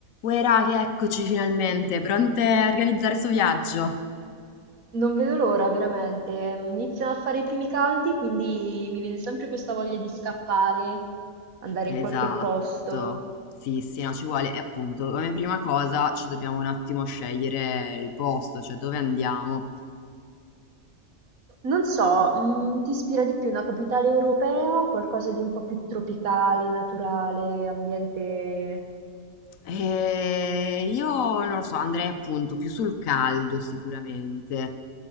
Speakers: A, on the left; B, on the right.
A: Uè raga, eccoci finalmente, pronte a organizzare sto viaggio?
B: Non vedo l'ora, veramente. Iniziano a fare i primi caldi, quindi mi viene sempre questa voglia di scappare, andare
A: Esatto,
B: in qualche posto.
A: sì, sì, no, ci vuole. E appunto, come prima cosa ci dobbiamo un attimo scegliere il posto, cioè dove andiamo.
B: Non so, mm, ti ispira di più una capitale europea o qualcosa di un po' più tropicale, naturale, ambiente...
A: E io non lo so, andrei appunto più sul caldo sicuramente.